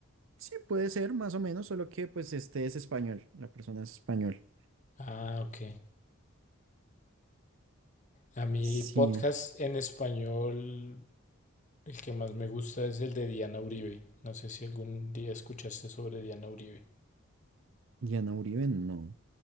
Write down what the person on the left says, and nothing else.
Ah, ok. A mí
podcast en español, el que más me gusta es el de Diana Uribe. No sé si algún día escuchaste sobre Diana Uribe.